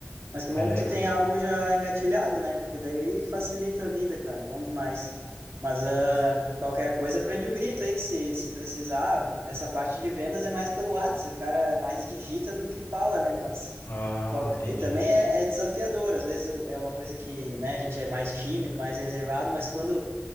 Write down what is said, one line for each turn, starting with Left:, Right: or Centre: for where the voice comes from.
Right: Mas que
Left: É,
Right: bom que tu
Left: cara.
Right: tem algo já engatilhado, né? Porque daí facilita a vida, cara. Bom demais. Mas ah,
Left: Sim.
Right: qualquer coisa, prende o grito aí, que se, se precisar, essa parte de vendas é mais pelo WhatsApp. O cara mais digita do que fala, né? Mas
Left: Ah,
Right: qual-
Left: entendi.
Right: e também é, é desafiador. Às vezes o- é uma coisa que, né, a gente é mais tímido, mais reservado, mas quando